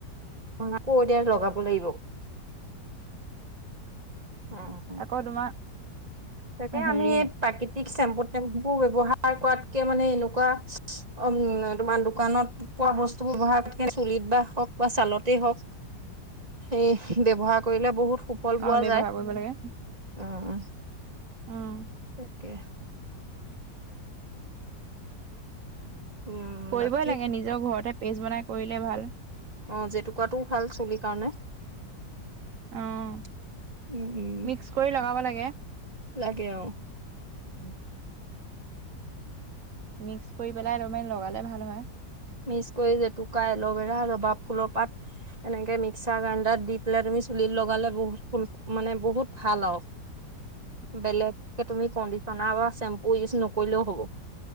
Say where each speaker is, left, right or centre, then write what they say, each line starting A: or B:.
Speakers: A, on the right; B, on the right.
A: অ আকৌ এতিয়া লগাব লাগিব অ অ
B: আকৌ তোমাৰ
A: তাকে
B: হেৰি
A: আমি এই প্ৰাকৃতিক চেম্পু টেম্পু ব্যৱহাৰ কৰাতকে মানে এনেকুৱা অ', উ তোমাৰ দোকানত পোৱা বস্তু ব ব্যৱহাৰ চুলিত বা হওক বা ছালতেই হওক সেই ব্যৱহাৰ কৰিলে বহুত সুফল
B: অ
A: পোৱা
B: ব্যৱহাৰ
A: যায়!
B: কৰিব লাগে
A: উ, উ
B: উম
A: তাকে উম
B: কৰিবই
A: বাকী
B: লাগে নিজৰ ঘৰতে পেষ্ট বনাই কৰিলে ভাল
A: অ জেতুকাত টোও ভাল চুলিৰ কাৰণে
B: অ',
A: উম উম
B: মিক্স কৰি লগাব লাগে।
A: লাগে আৰু
B: উম। মিক্স কৰি পেলাই তোমাৰ লগালে ভাল হয়।
A: মিক্স কৰি জেতুকা এল'ভেৰা জবা ফুলৰ পাত এনেকে মিক্সাৰ গ্ৰাইণ্ডাৰত দি পেলাই তুমি চুলিত লগালে বহুত ফুল মানে বহুত ভাল আৰু
B: <inaudible>
A: বেলেগকে তুমি কণ্ডিচনাৰ বা চেম্পু ইউজ নকৰিলেও হ'ব!